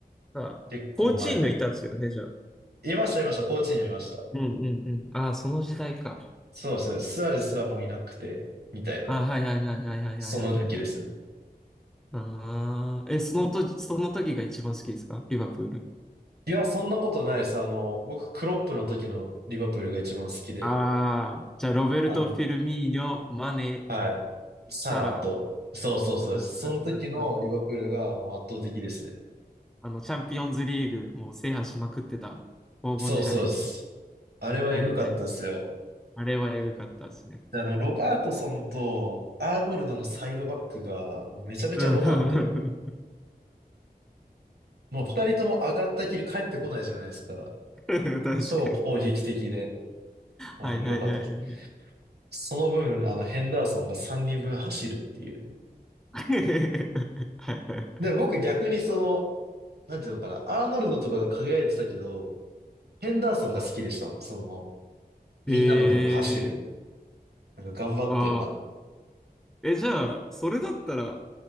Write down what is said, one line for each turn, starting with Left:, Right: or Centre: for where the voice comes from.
Centre: あ、
Right: 結構前の。
Centre: コーチーニョいたんですよね、じゃあ。
Right: いました、いました。高知にいました。
Centre: うんうんうん。ああ、その時代か。
Right: そうですね。スアレスはもういなくて、みたいな。
Centre: ああ、はいはいはいはいはいはいはいはい。
Right: その時期ですね。
Centre: ああ、え、その時、その時が一番好きですかリバプール。
Right: いや、そんなことないです。あの、僕、クロップの時のリバプールが一番好きで、
Centre: ああ、じゃあ、ロベルト・
Right: あの、
Centre: フィルミーニョ、マネ、
Right: はい。サラーと。
Centre: サラ、
Right: そうそうそうです。
Centre: うんうんうんうんうん。
Right: その時のリバプールがもう圧倒的ですね。
Centre: あの、チャンピオンズリーグ、もう制覇しまくってた黄金時代ですね。
Right: そうそうです。あれはエグかったですよ。
Centre: はいはい。あれはエグかったですね。
Right: であの、ロバートソンとアーノルドのサイドバックがもうめちゃめちゃロマンで、
Centre: うん。<laughs>
Right: もう二人とも上がったきり帰ってこないじゃないですか。
Centre: 確かに。
Right: そう攻撃的で。まあでも良かったです。
Centre: はいはいはい。
Right: その分、あの、ヘンダーソンが3人分走るっていう。
Centre: <laughs> はいは
Right: で、僕逆にその、なんていうのかな、アーノルドとかが輝いてたけど、ヘンダーソンが好きでしたもん。その、みんなの分走る。
Centre: い。えー、
Right: なんか頑張ってんな。
Centre: ああ。え、じゃあ、それだったら、